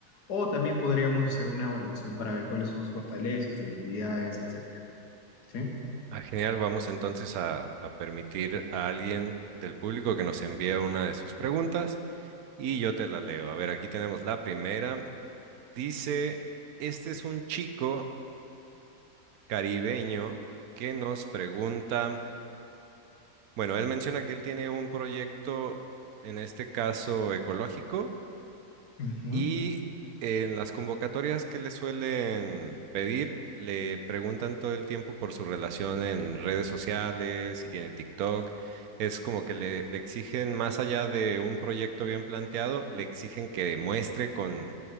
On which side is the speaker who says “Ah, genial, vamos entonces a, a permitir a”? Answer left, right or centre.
Right